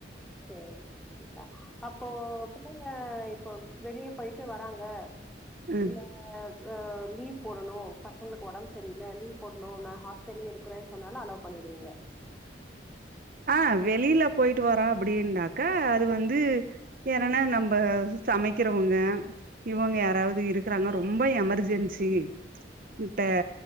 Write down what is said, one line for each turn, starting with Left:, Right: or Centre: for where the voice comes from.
Centre: சேரி சேரிக்கா அப்போ பிள்ளைங்க இப் ப்ப வெளிய போயிட்டு வராங்க
Right: ம்
Centre: இல்ல அ லீவ் போடணு பசங்களுக்கு உடம்பு சரியில்ல லீவ் போட்ணு நா ஹாஸ் சொல்லி இருக்குறே சொன்னாலு அலோ பண்ணிருவீங்க
Right: ஆ வெளில போயிட்டு வர அப்டின்னாக்க அது வந்து என்னனா நம்ப சமைக்கறவங்க இவங்க யாராவது இருக்கு றாங்க ரொம்ப எமெர்ஜென்சி கிட்ட